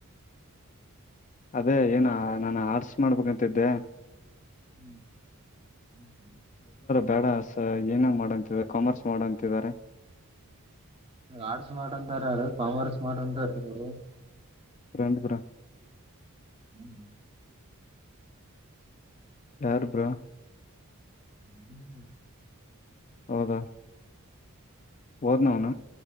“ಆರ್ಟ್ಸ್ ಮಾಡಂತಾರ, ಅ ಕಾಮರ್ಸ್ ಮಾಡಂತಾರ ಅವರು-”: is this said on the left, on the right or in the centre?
Right